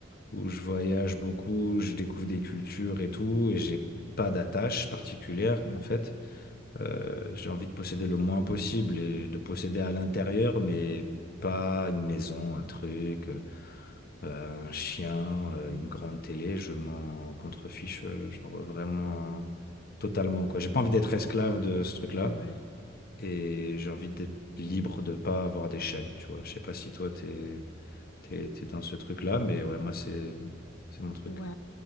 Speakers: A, on the left; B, on the left.
A: où je voyage beaucoup, je découvre des cultures et tout, et j'ai pas d'attache particulière,
B: Mhm.
A: en fait, euh, j'ai envie de posséder le moins possible et de posséder à l'intérieur, mais pas une maison, un truc, euh, un chien, euh, une grande télé, je m'en contrefiche, euh, genre vraiment totalement, quoi. J'ai pas envie d'être esclave de ce truc-là
B: Ouais.
A: et j'ai envie d'être libre de pas avoir des chaînes, tu vois. Je sais pas si toi t'es t'es, t'es dans ce truc-là, mais ouais, moi c'est c'est mon truc.
B: Ouais.